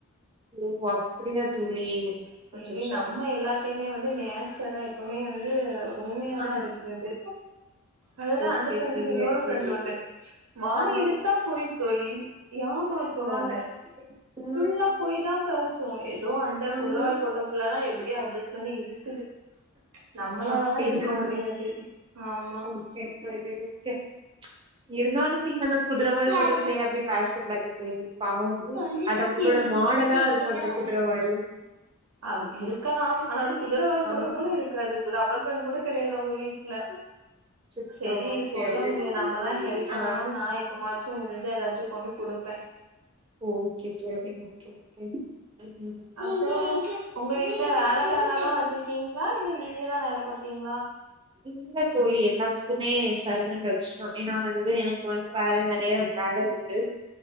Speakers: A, on the right; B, on the right.
A: ஓ அப்டியா தோழி
B: செரி
A: அச்சச்சோ
B: நம்ம எல்லாத்தையுமே வந்து நேச்சரா எப்பமே வந்து உண்மையாதா
A: ஆ
B: இருக்குறது அதெல்லா
A: ஓகே
B: அந்த ஃப்ரெண்டுக்கு
A: தோழி
B: இன்னொரு
A: ஓகே
B: ஃப்ரெண்ட்டு உண்டு வாய
A: ஆ
B: எடுத்து த்தா போயி தோழி ஏமாத்து
A: வா
B: வேல
A: ஆ
B: ஃபுல்லா பொய் தா பேசோம் ஏதோ அந்த குதிரவால்
A: ஆமா.
B: போட்ட இதுலலா எப்டி அட்ஜஸ்ட் பண்ணி இருக்குது நம்மளாலல்லா
A: அப்டின்னா
B: இருக்க முடியாது ஆமா
A: எப்டி இருந்தே இருந்தாலும் நீங்க குதிரவால் போட்ட
B: அது
A: பிள்ளையாவே அப்ப பேசக்க கூடாது தோழி பாவு
B: தொன்றிபத்தி
A: அது அவுங்களோட
B: இருந்துட்டு
A: மாடலா
B: இப்டிதா
A: இருக்கும் அந்த
B: பண்ணிருக்கே
A: குதிரவாலு
B: ஆ இருக்கலாம் ஆனா அது குதிரவால்
A: ஆ
B: கூட போல இருக்காது ரப்பர் பேண்ட் கூட கெடையாது அவுங்க வீட்ல
A: அச்சச்சோ!
B: சேரி
A: அப்டியா
B: சொல்ல
A: தோழி.
B: முடியு நம்மதா ஹெல்ப் பண்ணணும்
A: ஆ
B: நா இ மாச்சும் முடுஞ்சா ஏதாச்சும் கொண்டு குடுப்பேன்
A: ஓகே தோழி சரி ஓகே ஓகே உம்
B: அப்பறோம் உங்க வீட்ல வேலக்காரங்கல்லா வச்சிருக்கீங்ளா இல்ல நீங்க தா வேலை பாப்பிங்ளா
A: இல்ல தோழி எல்லாத்துக்குமே சர்வண்ட் வச்சுட்டோம் ஏன்னா வந்து எனக்கு வந்து வேலை நெறைய வேலை உண்டு